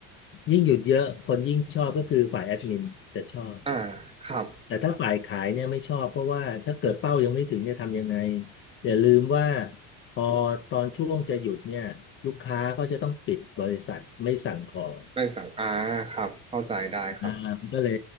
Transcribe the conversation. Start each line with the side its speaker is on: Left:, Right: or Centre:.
Left: ยิ่งหยุดเยอะ คนยิ่งชอบก็คือฝ่ายแอดมินจะชอบ
Right: อ่าครับ
Left: แต่ถ้าฝ่ายขายเนี่ยไม่ชอบ เพราะว่าถ้าเกิดเป้ายังไม่ถึงเนี่ยทำยังไงอย่าลืมว่า พอตอนช่วงจะหยุดเนี่ยลูกค้าก็จะต้องปิดบริษัทไม่สั่งของ
Right: แบ่งสั่งอ่าครับ เข้าใจได้ครับ
Left: อ่ามันก็เลย